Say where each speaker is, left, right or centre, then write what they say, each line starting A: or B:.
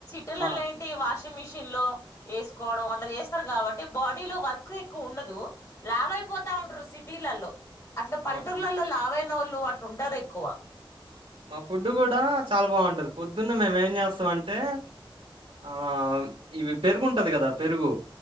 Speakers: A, on the left; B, on the right.
A: పిల్ల
B: మా
A: ఏంటి వా మిషన్ లో వేసుకోవడం అలా చేస్తారు కాబట్టి బాడీ లో వర్క్ ఎక్కువ ఉండదు లావుఅయిపోతా ఉంటారు సిటీలలో అట్లా పల్లటూరులలో
B: ఆహ్, హ్మ్.
A: లావైన ఇంట్లోళ్ళు అట్లు ఉండరు ఎక్కువ.
B: మా ఫుడ్ కూడా. చాలా బాగుంటది పొద్దున్న మేము ఏం చేస్తాం అంటే, ఆ ఇవి పెరుగుంటది కదా పెరుగు.